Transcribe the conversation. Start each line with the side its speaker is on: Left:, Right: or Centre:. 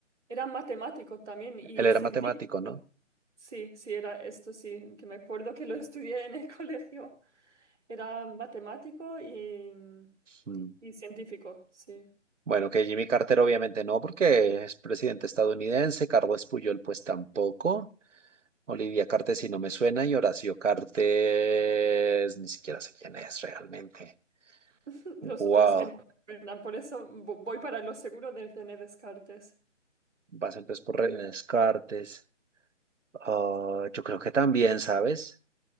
Centre: era matemático también y
Right: él era
Centre: científico.
Right: matemático, ¿no?
Centre: Sí, sí, era esto sí, que me acuerdo que lo estudié en el <laughs> colegio. Era matemático y,
Right: Mm.
Centre: y científico, sí.
Right: Bueno, que Jimmy Carter obviamente no, porque es presidente estadounidense, Carlos Puyol pues tampoco, Olivia Cartes si no me suena y Horacio Cartes ni siquiera sé quién es realmente.
Centre: <laughs> Los
Right: Wow.
Centre: otros que no me suenan, por eso vo- voy para lo seguro de tener Descartes.
Right: Vas entonces por Reina Descartes. Ah, yo creo que también, ¿sabes?